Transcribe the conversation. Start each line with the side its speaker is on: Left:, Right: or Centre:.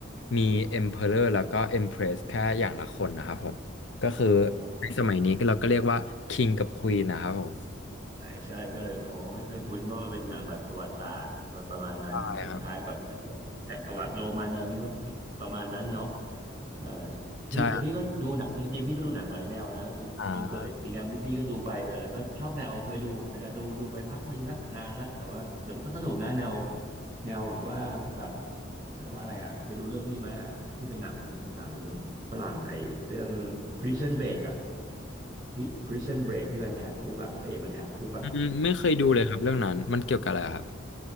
Left: มีเอ็มเพออร์แล้วก็เอ็มเพรสแค่อย่างละคนนะครับผมก็คือ
Right: อ๋อ
Left: ในสมัยนี้ก็เราก็เรียกว่าคิงกับควีนนะครับผม
Right: ใช่ใช่ก็เลยอ๋อไม่เคยคุ้นเพราะมันเป็นหนังแบบประวัติศาสตร์ประมาณนั้นคล้ายๆแบบพวกจักรวรรดิโรมันอะไรอย่างนี้พวกประมาณนั้นเนาะ
Left: ใช่ครับ
Right: เออพี่เดี๋ยวพี่ก็ดูหนังจริงๆพี่ก็ดูหนังหลายแนวนะอีกอีกตัวอีกแนวที่พี่ก็ดูไปแต่นนั้นก็ชอบแนวเคยดูอาจจะดูดูไปพักหนึ่งละนานละแต่ว่าแต่มันก็สนุกนะแนว
Left: ใช่ครับอ่า
Right: แนวแบบว่าแบบเรียกว่าอะไรอ่ะเคยดูเรื่องนี้ไหมอ่ะที่เป็นหนังหนังฝรั่งไอ้เรื่อง Prison Break อ่ะ Pri- Prison Break ที่มันแหกคุกอ่ะพระเอกมันแหกคุกอ่ะ
Left: อืมไม่เคยดูเลยครับเรื่องนั้นมันเกี่ยวกับอะไรครับ
Right: โห